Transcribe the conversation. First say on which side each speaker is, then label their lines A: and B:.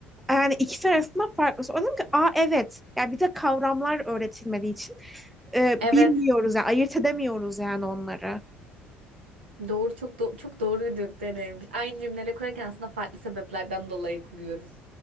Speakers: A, in the centre; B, on the right (about 75°).
A: Yani ikisi arasında farklı. Sonra dedim ki aa evet. Yani bir de kavramlar öğretilmediği için e,
B: Evet.
A: bilmiyoruz yani ayırt edemiyoruz yani onları.
B: Doğru çok do- çok doğru bir deneyimmiş. Aynı cümleleri kurarken aslında farklı sebeplerden dolayı kuruyoruz.